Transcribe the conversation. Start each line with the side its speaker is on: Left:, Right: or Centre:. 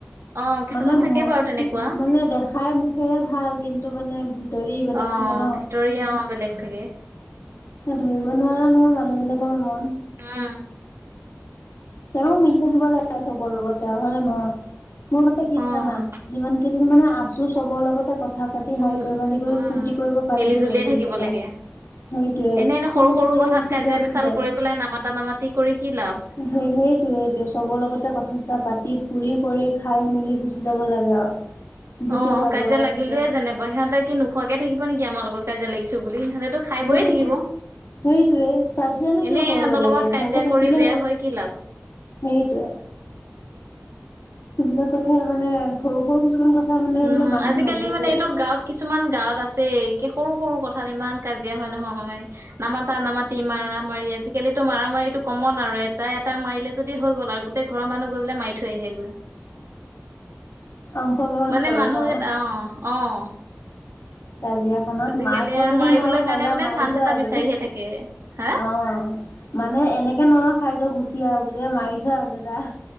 Right: অ', কিছুমান
Left: মানে
Right: থাকে বাৰু তেনেকুৱা
Left: মানে দেখাই মুখেৰে ভাল কিন্তু মানে ভিতৰি বেলেগ
Right: অ
Left: থাকে ন
Right: ভিতৰীয়া বেলেগ থাকে
Left: ধৰিব নোৱাৰা নহয় মানুহ বিলাকৰ মন
Right: আহ
Left: তেওঁ মিলি থাকিব লাগে চবৰ লগতে তেওঁ হয় নে নহয় মোৰ মতে কি
Right: অ',
Left: জানা যিমান সেইদিন মানে আছো চবৰ লগতে কথা কথা পাতি হাঁহি
Right: উম,
Left: ধেমালি কৰি
Right: উম,
Left: ফূৰ্তি কৰিব পাৰিলেই
Right: মিলি জুলিয়ে
Left: হ'ল দিনকেইটাই
Right: থাকিব লাগে।
Left: সেইটোয়ে
Right: এনে এনে
Left: কোন
Right: সৰু সৰু
Left: কেতিয়াই
Right: কথাত
Left: গুচি
Right: কাজিয়া
Left: যায়
Right: পেচাল
Left: কি যায়
Right: কৰি পেলাই নামাতা নামাতি কৰি কি লাভ।
Left: সেই সেইটো সেইটোৱে চবৰ লগতে কথা চথা পাতি ফুৰি কৰি খাই মেলি গুচি যাব লাগে আৰু যেতিয়া
Right: অহ
Left: যাব
Right: কাজিয়া
Left: লগা
Right: লাগিলোয়ে
Left: থাকে
Right: যেনেবা সিহঁতে কি নোখোৱাকে থাকিব নেকি আমাৰ লগত কাজিয়া লাগিছো বুলি। সিহঁতেতো খাই
Left: সেইটো
Right: বই থাকিব।
Left: সেইটোৱে কাজিয়ানো
Right: এনেই
Left: কিয় কৰিব
Right: ইহঁতৰ
Left: লাগে
Right: লগত কাজিয়া
Left: ভালকে থাকিলেই
Right: কৰি বেয়া
Left: হ'ল।
Right: হৈ কি লাভ।
Left: সেইটোয়ে সেইবিলাক কথা মানে সৰু সৰু কিছুমান কথা মানে
Right: উম
Left: এইবিলাক মানুহে
Right: আজিকালি
Left: নুবুজে।
Right: মানে এইটো গাঁৱত কিছুমান গাঁৱত আছেই সৰু সৰু কথাত ইমান কাজিয়া হয় নহয় নামাতা নামাতি মাৰা মাৰি আজিকালি মাৰ মাৰি এইটো কমন আৰু এটা এটাক মাৰিলে যদি হৈ গ'ল আৰু গোটেই ঘৰৰ মানুহ গৈ পেলে মাৰি থৈ আহেগৈ।
Left: অংশগ্ৰহণ
Right: মানে
Left: কৰে
Right: মানুহ
Left: ন।
Right: এটা অ অ
Left: কাজিয়াখনত
Right: আজিকালি
Left: মাক বাপেকে
Right: আৰু মাৰিবলৈ
Left: নৰখাই
Right: কাৰণে
Left: যা
Right: মানে
Left: মাৰি
Right: চান্স
Left: থৈ
Right: এটা
Left: আগে
Right: বিচাৰিহে থাকে হা
Left: অ মানে এনেকে নৰ খাইত গুচি আহ বুলিয মাৰি থৈ আগে যা